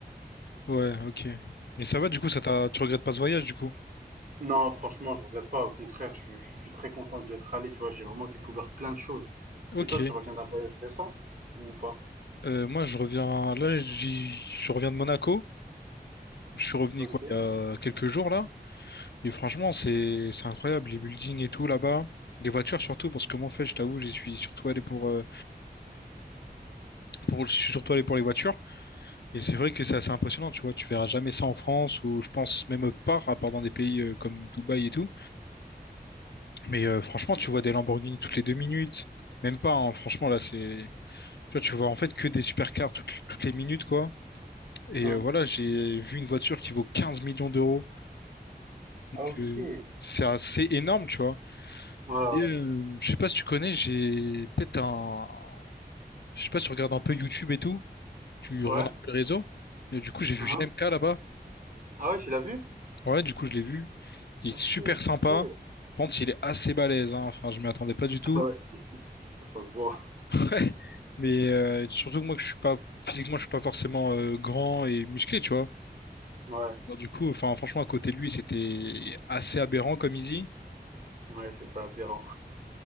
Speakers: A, on the left; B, on the right.
A: ouais, ok. Et ça va du coup, ça t'a, tu regrettes pas ce voyage du coup?
B: Non, franchement, je regrette pas. Au contraire, je, je suis très content d'y être allé. Tu vois, j'ai vraiment découvert plein de choses.
A: Ok.
B: Et toi, tu reviens d'un voyage récent ou pas?
A: Euh, moi, je reviens là, j'y- je reviens de Monaco. Je suis revenu
B: Ok.
A: quoi, il y a quelques jours là. Et franchement, c'est c'est incroyable les buildings et tout là-bas, les voitures surtout parce que moi, en fait, je t'avoue, j'y suis surtout allé pour euh, pour je suis surtout allé pour les voitures. Et c'est vrai que c'est assez impressionnant, tu vois, tu verras jamais ça en France ou je pense même autre part, à part dans des pays euh, comme Dubaï et tout. Mais euh, franchement, tu vois des Lamborghini toutes les deux minutes, même pas, hein, franchement, là, c'est... Tu vois, tu vois en fait que des supercars toutes, toutes les minutes, quoi. Et
B: Hmm.
A: euh, voilà, j'ai vu une voiture qui vaut 15 millions d'euros. Donc,
B: Ah, ok.
A: euh,
B: Ouais,
A: c'est assez énorme, tu vois.
B: ouais.
A: Et euh, je sais pas si tu connais, j'ai peut-être un... Je sais pas si tu regardes un peu YouTube et tout, tu
B: Ouais.
A: regardes un peu le réseau. Et du coup, j'ai vu
B: Uhum.
A: G M K là-bas.
B: Ah ouais, tu l'as vu?
A: Ouais, du coup, je l'ai vu. Il est
B: Ok,
A: super sympa.
B: stylé.
A: je pense qu'il est assez balèze, hein. Enfin, je m'y attendais pas du tout.
B: Ouais, c'est- ça, ça se voit.
A: <laughs> Mais euh, surtout que moi, que je suis pas physiquement, je suis pas forcément euh, grand et musclé, tu vois.
B: Ouais,
A: Alors, du coup, enfin, franchement, à côté de lui, c'était assez aberrant comme il dit.
B: ouais, c'est ça, aberrant.